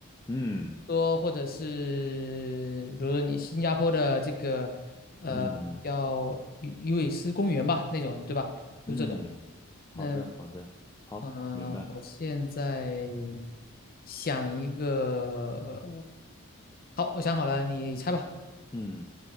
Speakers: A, on the left; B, on the left.
A: 嗯
B: 说或者是比如说你新加坡的这个呃叫鱼鱼尾狮公园吧，
A: 嗯
B: 那种对吧？就这种。
A: 嗯，好的好的，
B: 那
A: 好，
B: 嗯，
A: 明白。
B: 我现在想一个，呃好，我想好了，你猜吧。
A: 嗯，